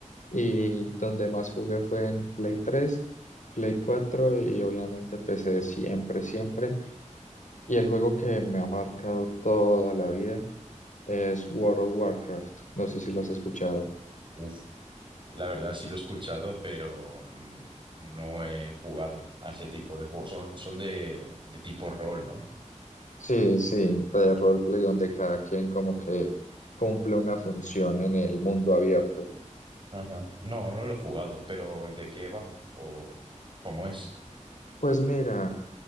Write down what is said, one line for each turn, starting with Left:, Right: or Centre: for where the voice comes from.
Left: Y donde más jugué fue en Play tres Play cuatro y obviamente PC siempre, siempre. Y el juego que me ha marcado toda la vida es World of Warcraft. No sé si lo has escuchado.
Right: uf, La verdad sí lo he escuchado, pero n- no he jugado a ese tipo de juegos. Son, son de, de tipo rol, ¿no?
Left: Sí, sí, de roleplay donde cada quien como que cumple una función en el mundo abierto.
Right: Ajá. No, no lo he jugado, pero ¿de qué va? ¿O cómo es?
Left: Pues mira,